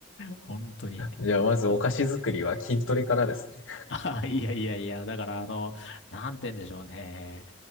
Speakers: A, on the left (about 65°); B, on the left (about 85°).
A: 本当に。
B: じゃあ、まずお菓子作りは筋トレからですね。
A: ああ、いやいやいや、だからあの、なんて言うんでしょうね。